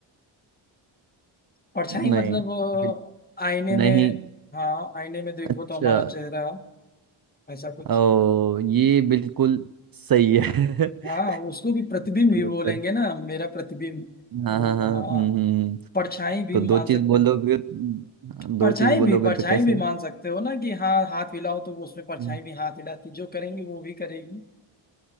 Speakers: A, on the left; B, on the right.
A: परछाई मतलब
B: नहीं बिल-
A: अ, आईने में
B: नहीं
A: हाँ आईने में देखो
B: अच्छा
A: तो हमारा चेहरा ऐसा कुछ
B: ओ ये बिल्कुल सही है <laughs>
A: हाँ उसको भी प्रतिबिंब
B: सही
A: ही बोलेंगे
B: उत्तर
A: ना मेरा प्रतिबिंब
B: हाँ
A: वो
B: हाँ हाँ हम्म
A: हाँ
B: हम्म, हम्म।
A: परछाई भी
B: तो दो
A: मान
B: चीज
A: सकते
B: बोलोगे
A: हैं
B: दो
A: परछाई
B: चीज बोलोगे
A: भी परछाई
B: तो कैसे
A: भी मान सकते हो ना कि हाँ हाथ हिलाओ तो वो उसमें परछाई
B: हम्म।
A: भी हाथ हिलाती जो करेंगी वो भी करेगी